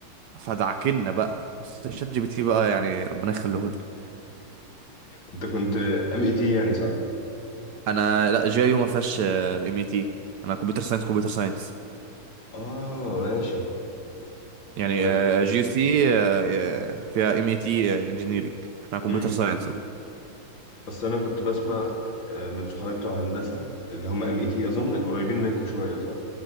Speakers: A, on the right; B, on the left.
A: فدعكنا بقى بس شات جي بي تي بقى يعني ربنا يخليه لنا
B: انت كنت ام اي تي يعني صح
A: انا لا جي يو ما فيهاش ام اي تي انا كمبيوتر ساينس كمبيوتر ساينس
B: اه ماشي
A: يعني
B: ده-
A: جي يو سي فيها ام اي تي انجينيرنج احنا كمبيوتر
B: مم.
A: ساينس
B: بس انا كنت بسمع آه، من صحابي بتوع هندسه اللي هم ام اي تي اظن قريبين منكم شويه صح